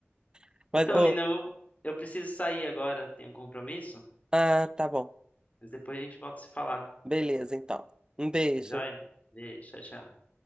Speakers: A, on the right; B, on the left.
A: <laughs> Mas,
B: Então,
A: ô,
B: Nina, eu, eu preciso sair agora, tenho um compromisso,
A: ah, tá bom.
B: mas depois a gente volta a se falar.
A: Beleza, então. Um beijo.
B: Tá joia? Beijo, tchau, tchau.